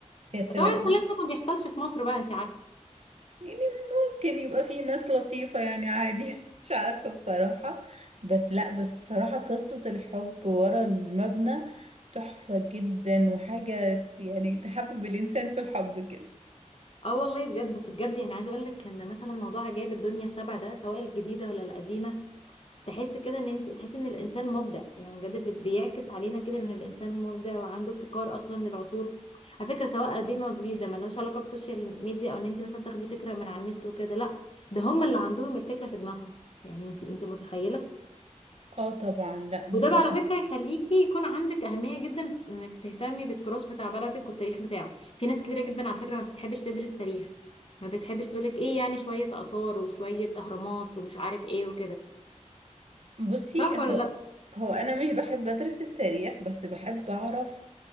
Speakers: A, on the right; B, on the left.
A: يا سلام
B: طبعا الكلام ده ما بيحصلش في مصر بقى انت عارفه
A: يعني ممكن يبقى في ناس لطيفة يعني عادي <laughs> يعني مش عارفة بصراحة بس لا بس بصراحة قصة الحب ورا المبنى تحفة جدا وحاجة يعني تحبب الانسان في الحب كده
B: اه والله بجد بس بجد يعني عايزه اقول لك ان مثلا موضوع عجائب الدنيا السبع ده سواء الجديده ولا القديمه تحس كده ان انت تحس ان الانسان مبدع يعني بجد بت- بيعكس علينا كده ان الانسان مبدع وعنده ابتكار اصلا للعصور على فكره سواء قديمه وجديده ملهاش علاقه بالسوشيال ميديا او ان انت مثلا تاخدي فكره من على النت وكده لا ده هم اللي عندهم الفكره في دماغهم يعني انت انت متخيله
A: اه طبعا لا بصراحة
B: وده بقى على فكره يخليكي يكون عندك اهميه جدا انك تهتمي بالتراث بتاع بلدك والتاريخ بتاعه في ناس كتيره جدا على فكره ما بتحبش تدرس تاريخ ما بتحبش تقولك ايه يعني شويه اثار وشويه اهرامات ومش عارف ايه وكده
A: بصي
B: صح
A: هو
B: ولا لا
A: هو انا مش بحب ادرس التاريخ بس بحب اعرف